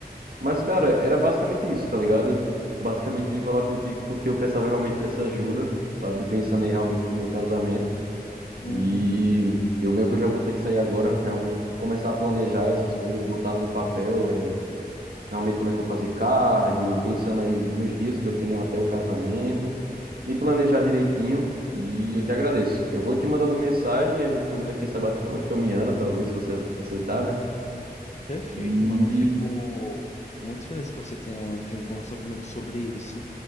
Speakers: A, on the right (about 65°); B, on the left (about 40°).
A: Mas, cara, era basicamente isso, tá ligado? Basicamente vim falar contigo porque eu precisava realmente dessa ajuda, sabe? Pensando aí realmente no meu casamento.
B: uhum.
A: E eu meio que eu já vou ter que sair agora, realmente começar a planejar essas coisas, botar no papel, é, realmente como é que eu vou fazer cardio, pensando aí nos dias que eu tenho até o casamento, me planejar direitinho e eu te agradeço. Eu vou te mandando mensagem, a gente combina quem sabe até uma caminhada, talvez, se você aceitar, né?
B: Perfeito,
A: E
B: mano. Eu fico muito feliz que você tenha vindo conversar comigo sobre isso.